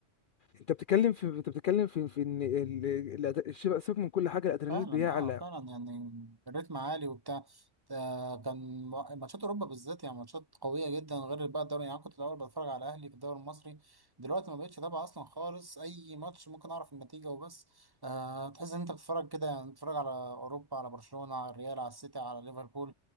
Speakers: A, on the left (about 55°); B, on the right (about 20°).
A: انت بتتكلم في انت بتتكلم في في ان ال- ال- الأد- الشبه- سيبك من كل حاجه الادرينالين
B: فعلا
A: بيعلى
B: اه فعلا يعني الريتم عالي وبتاع تا- كان ماتشات اوروبا بالذات يعني ماتشات قويه جدا غير بقى الدوري يعني أنا كنت الاول بتفرج على الاهلي في الدوري المصري دلوقتي ما بقتش اتابع اصلا خالص اي ماتش ممكن اعرف النتيجه وبس آه تحس ان انت بتتفرج كده يعني بتتفرج على اوروبا على برشلونه على الريال على السيتي على ليفربول